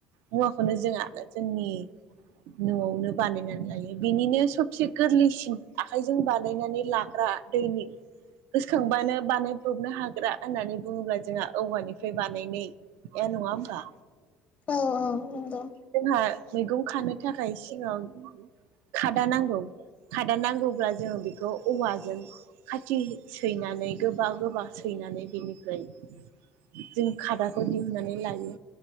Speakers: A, on the right (about 80°); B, on the left (about 35°).
A: मुवाखौनो जोङा जोंनि न'आवनो बानायनानै लायो बेनिनो सबसे गोरलैसिन आखाइजों बा बानायनानै लाग्रा दैनि गोसोखांबानो बानायब्रबनो हाग्रा होननानै बुङोब्ला जोंहा औवानिफ्राय बानायनाय ए नङा ओमबा?
B: औ औ नंगौ।
A: जोंहा मैगं खानो थाखाय सिगाव खादा नांगौ। खादा नांगौब्ला जोङो बेखौ औवाजों खाथि सैनानै गोबा गोबा सैनानै बेनिफ्राय जों खादाखौ दिहुननानै लायो